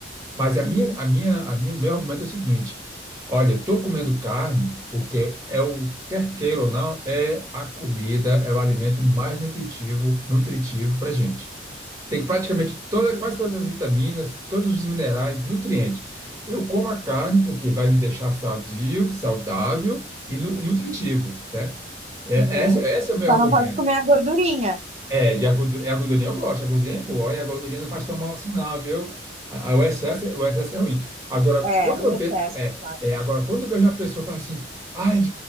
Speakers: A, on the right (about 20°); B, on the right (about 35°).
A: Mas a minha,
B: Uhum,
A: a minha, a minha, o meu argumento é o seguinte: olha, estou comendo carne porque é o, quer queira ou não, é a comida, é o alimento mais nutritivo, nutritivo para a gente. Tem praticamente toda,
B: uhum,
A: quase todas as vitaminas, todos os minerais, nutrientes. Eu como a carne porque vai me deixar sadio, saudável e nu- nutritivo, né? É,
B: uhum.
A: essa, esse é o meu
B: Só
A: argumento.
B: não pode comer a gordurinha.
A: É, e a, gordu- é, a gordurinha eu gosto, a gordurinha é boa, e a gordurinha não faz tão mal assim não, viu? A- a- o excesso, o excesso que é ruim. Agora,
B: É,
A: quando eu
B: o
A: vejo,
B: excesso,
A: é,
B: claro.
A: é, agora, quando eu vejo uma pessoa falar assim, ai, o